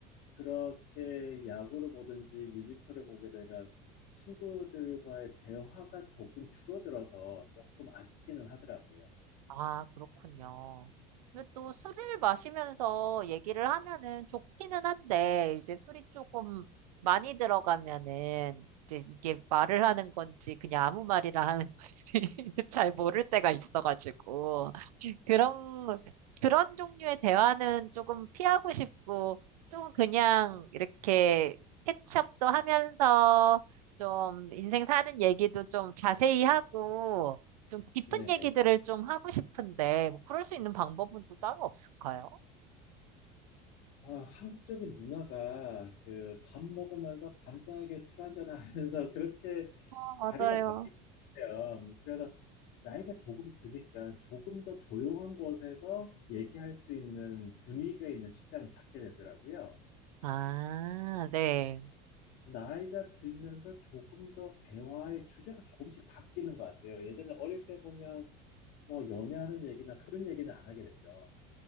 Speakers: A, on the left (about 60°); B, on the right (about 80°).
A: 그렇게 야구를 보든지 뮤지컬을 보게 되면 친구들과의 대화가 조금 줄어들어서 조금 아쉽기는 하더라고요.
B: 아, 그렇군요. 근데 또 술을 마시면서 얘기를 하면은 좋기는 한데, 이제 술이 조금 많이 들어가면은, 이제 이게 말을 하는 건지, 그냥 아무 말이나 하는 건지, <laughs> 잘 모를 때가 있어가지고. 그런, 그런 종류의 대화는 조금 피하고 싶고, 좀 그냥 이렇게 캐치업도 하면서, 좀 인생 사는 얘기도 좀 자세히 하고, 좀 깊은
A: 네.
B: 얘기들을 좀 하고 싶은데, 뭐 그럴 수 있는 방법은 또 따로 없을까요?
A: 아, 한국적인 문화가 그 밥 먹으면서 간단하게 술 한잔 하면서 <laughs> 그렇게
B: 아, 맞아요.
A: 자리가 잡히는 요 그래서 나이가 조금 드니까 조금 더 조용한 곳에서 얘기할 수 있는 분위기가 있는 식당을 찾게 되더라고요.
B: 아, 네,
A: 나이가 들면서 조금 더 대화의 주제가 조금씩 바뀌는 것 같아요. 예전에 어릴 때 보면 뭐 연애하는 얘기나 그런 얘기는 안 하게 되죠.